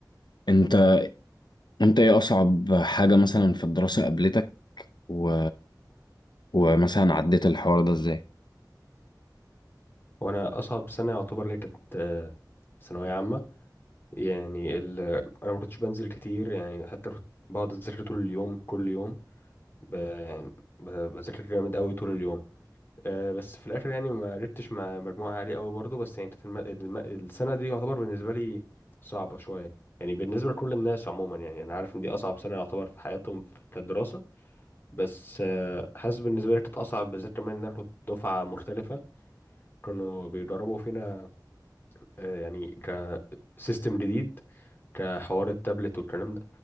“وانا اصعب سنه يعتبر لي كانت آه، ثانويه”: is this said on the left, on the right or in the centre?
Left